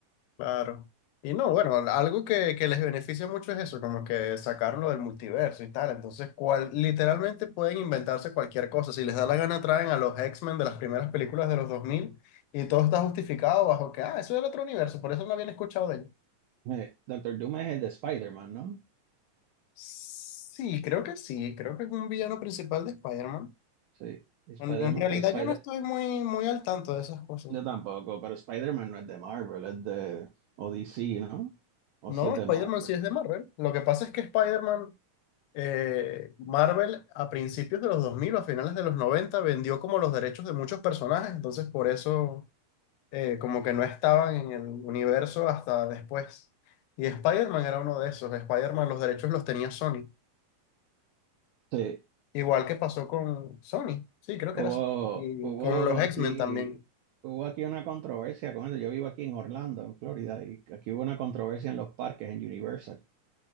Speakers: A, on the left; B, on the right.
A: Claro. Y no, bueno, algo que, que les beneficia mucho es eso, como que sacarlo del multiverso y tal. Entonces, cual, literalmente pueden inventarse cualquier cosa. Si les da la gana, traen a los X-Men de las primeras películas de los 2000 y todo está justificado bajo que, ah, eso era otro universo, por eso no habían escuchado de ellos.
B: Eh, Doctor Doom es el de Spider-Man, ¿no?
A: Sí, creo que sí, creo que es un villano principal de Spider-Man.
B: Sí, y Spider-Man,
A: En, en realidad
B: pero Spider,
A: yo no estoy muy, muy al tanto de esas cosas.
B: yo tampoco, pero Spider-Man no es de Marvel, es de, o DC, ¿no? O
A: No,
B: si es
A: Spider-Man
B: de Marvel.
A: sí es de Marvel. Lo que pasa es que Spider-Man, eh, Marvel a principios de los 2000 o a finales de los 90 vendió como los derechos de muchos personajes, entonces por eso eh, como que no estaban en el universo hasta después. Y Spider-Man era uno de esos. Spider-Man los derechos los tenía Sony.
B: Sí,
A: Igual que pasó con Sony, sí, creo
B: Hubo,
A: que era Sony. Y
B: hubo
A: con los X-Men
B: aquí,
A: también.
B: hubo aquí una controversia con eso. Yo vivo aquí en Orlando, en Florida, y aquí hubo una controversia en los parques, en Universal,